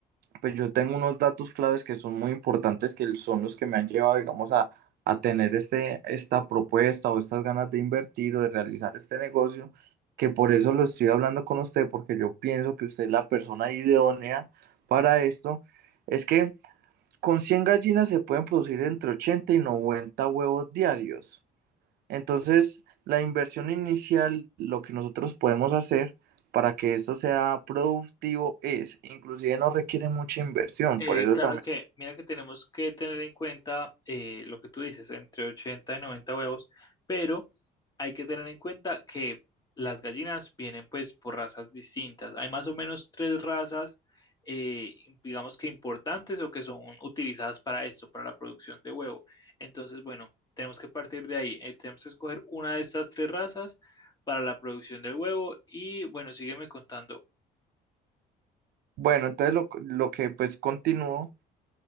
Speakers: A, on the right; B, on the left.
A: pues yo tengo unos datos claves que son muy importantes, que son los que me han llevado, digamos, a, a tener este, esta propuesta o estas ganas de invertir o de realizar este negocio, que por eso lo estoy hablando con usted, porque yo pienso que usted es la persona idónea para esto. Es que con 100 gallinas se pueden producir entre 80 y 90 huevos diarios. Entonces, la inversión inicial, lo que nosotros podemos hacer para que esto sea productivo es, inclusive no requiere mucha inversión,
B: Eh,
A: por eso
B: claro
A: también.
B: que, mira que tenemos que tener en cuenta eh, lo que tú dices, entre 80 y 90 huevos, pero hay que tener en cuenta que las gallinas vienen pues por razas distintas. Hay más o menos tres razas, eh, digamos que importantes o que son utilizadas para esto, para la producción de huevo. Entonces, bueno, tenemos que partir de ahí. Eh, tenemos que escoger una de estas tres razas para la producción del huevo y bueno, sígueme contando.
A: Bueno, entonces lo, lo que pues continúo